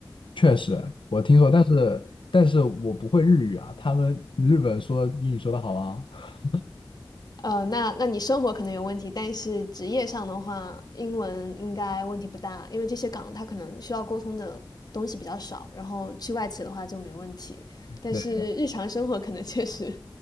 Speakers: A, on the left; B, on the left.
A: 确实我听说，但是但是我不会日语啊，他们日本说英语说的好啊。<laughs>
B: 呃，那那你生活可能有问题，但是职业上的话，英文应该问题不大，因为这些岗它可能需要沟通的东西比较少，然后去外企的话就没问题，但是日常生活可能确实，
A: 对